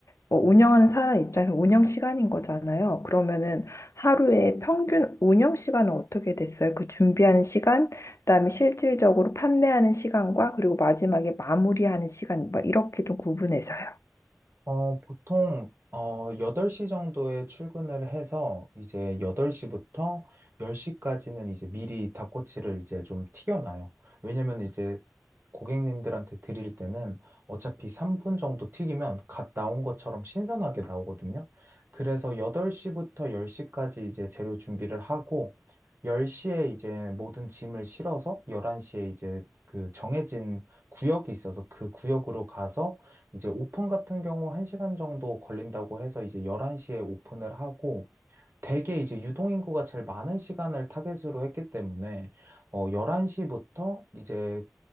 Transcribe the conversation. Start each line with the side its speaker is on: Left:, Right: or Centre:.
Left: 뭐 운영하는 사람 입장에서 운영 시간인 거잖아요. 그러면은 하루에 평균 운영 시간은 어떻게 됐어요? 그 준비하는 시간, 그다음에 실질적으로 판매하는 시간과 그리고 마지막에 마무리하는 시간, 막 이렇게 좀 구분해서요.
Right: 어, 보통, 어, 8시 정도에 출근을 해서 이제 8시부터 10시까지는 이제 미리 닭꼬치를 이제 좀 튀겨놔요. 왜냐면 이제 고객님들한테 드릴 때는 어차피 3분 정도 튀기면 갓 나온 것처럼 신선하게 나오거든요. 그래서 8시부터 10시까지 이제 재료 준비를 하고 10시에 이제 모든 짐을 실어서 11시에 이제 그 정해진 구역이 있어서 그 구역으로 가서 이제 오픈 같은 경우 1시간 정도 걸린다고 해서 이제 11시에 오픈을 하고 대게 이제 유동인구가 제일 많은 시간을 타겟으로 했기 때문에 어 11시부터 이제